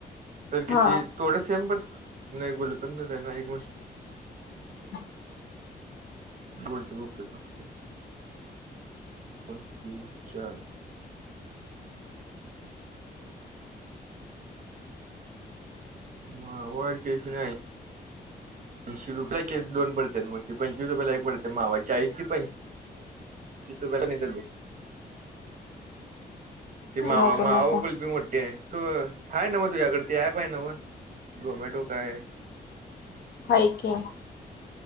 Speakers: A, on the right; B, on the left.
A: तर
B: हा
A: किती थोडे सेम बर नाही गुलकड नाही
B: <unintelligible>
A: बोलत बघतोय थांब. दोन, तीन, चार. मावा आणि केशर आई शी रुपये दोन पडत मग ते पंचवीस रुपयाला एक पडते मावा चाळीस प पंचवीस रुपयाला नेत मग. ती मावा
B: नको
A: मावा
B: नको
A: कुल्फी मोठी आहे. तू आहेय ना मग तुझ्याकड ती ऍप आहे न्हव झोमॅटो काय.
B: हाय की.